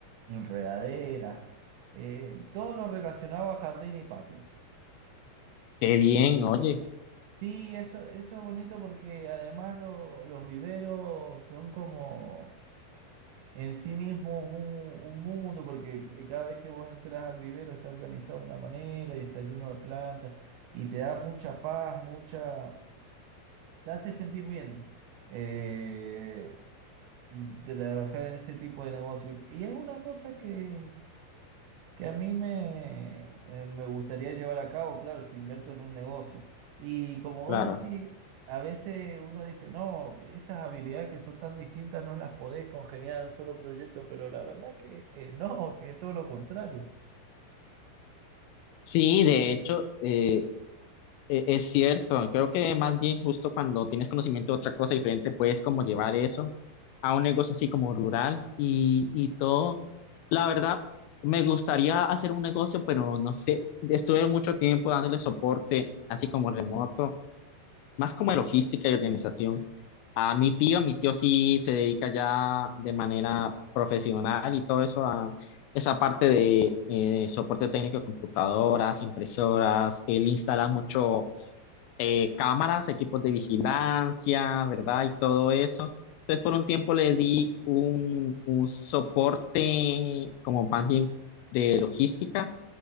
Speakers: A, on the right; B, on the left.
A: enredaderas, eh, todo lo relacionado a jardín y patio.
B: qué bien, oye,
A: Sí, eso, eso es bonito porque además lo- los viveros son como en sí mismos un, un mundo, porque cada vez que vos entras al vivero está organizado de una manera y está lleno de plantas y te da mucha paz, mucha... te hace sentir bien eh, trabajar en ese tipo de negocio. Y, y es una cosa que que a mí me, eh, me gustaría llevar a cabo, claro, si invierto en un negocio. Y como vos
B: claro.
A: decís, a veces uno dice, no, estas habilidades que son tan distintas no las podés congeniar en un solo proyecto, pero la verdad que eh, no, que es todo lo contrario.
B: Sí, de hecho, eh, E- Es cierto, creo que más bien justo cuando tienes conocimiento de otra cosa diferente, puedes como llevar eso a un negocio así como rural y, y todo. La verdad, me gustaría hacer un negocio, pero no sé, estuve mucho tiempo dándole soporte así como remoto, más como de logística y organización. A mi tío, mi tío sí se dedica ya de manera profesional y todo eso a esa parte de eh, soporte técnico de computadoras, impresoras, él instala mucho eh, cámaras, equipos de vigilancia, ¿verdad? Y todo eso. Entonces, por un tiempo le di un, un soporte como más bien de logística,